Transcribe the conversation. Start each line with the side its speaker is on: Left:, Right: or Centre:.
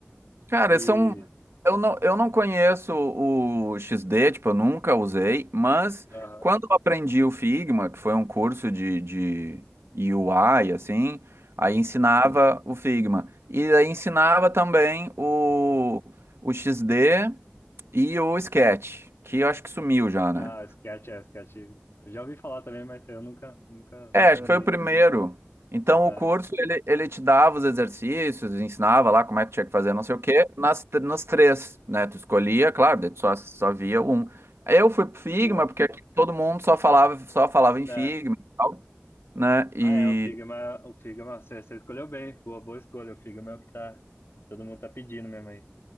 Right: Cara,
Left: E,
Right: são. Eu não, eu não conheço o XD, tipo, eu nunca usei, mas
Left: aham,
Right: quando eu aprendi o Figma, que foi um curso de, de UI, assim, aí
Left: sim.
Right: ensinava o Figma. E aí ensinava também o, o XD E o Sketch, que eu acho que sumiu já,
Left: Ah,
Right: né?
Left: Sketch, é, Sketch. Eu já ouvi falar também, mas eu nunca, nunca
Right: É, acho
Left: vi.
Right: que foi o primeiro. Então,
Left: Ah,
Right: o curso, ele, ele te dava os exercícios, ensinava lá como é que tinha que fazer, não sei o quê, nas, tr- nas três, né? Tu escolhia, claro, daí tu só, só via um. Aí Eu fui pro Figma,
Left: boa.
Right: porque aqui todo mundo só falava, só falava em
Left: É.
Right: Figma e tal, né? E,
Left: Ah, é, o Figma, o Figma, você, você escolheu bem, boa, boa escolha, o Figma é o que tá, todo mundo tá pedindo mesmo aí.